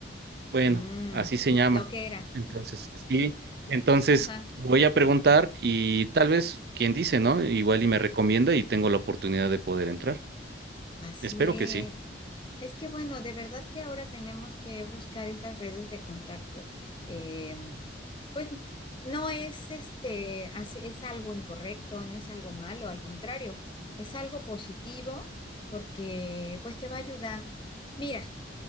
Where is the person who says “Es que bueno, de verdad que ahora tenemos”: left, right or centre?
Left